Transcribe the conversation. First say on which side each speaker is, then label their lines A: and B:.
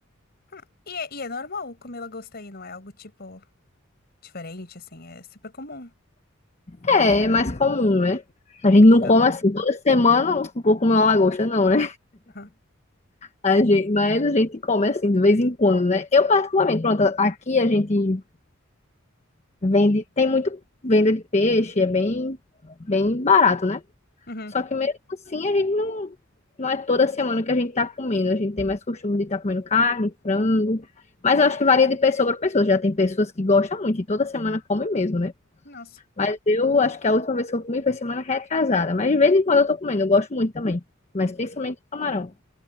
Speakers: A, on the left; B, on the left.
A: hum. E, é, e é normal comer lagosta aí, não é algo tipo diferente, assim, é super comum.
B: É, é mais comum, né? A gente
A: Que
B: não
A: legal.
B: come assim toda semana, um pouco comer uma lagosta, não, né?
A: Aham,
B: A gente, mas a gente come assim de vez em quando, né? Eu particularmente, pronto, aqui a gente vende, tem muito venda de peixe, é bem, bem barato, né?
A: uhum,
B: Só que mesmo assim a gente não, não é toda semana que a gente tá comendo, a gente tem mais costume de estar comendo carne, frango. Mas eu acho que varia de pessoa para pessoa. Já tem pessoas que gostam muito e toda semana comem mesmo, né?
A: Nossa.
B: Mas eu acho que a última vez que eu comi foi semana retrasada. Mas de vez em quando eu tô comendo, eu gosto muito também. Mas
A: hum.
B: principalmente do camarão.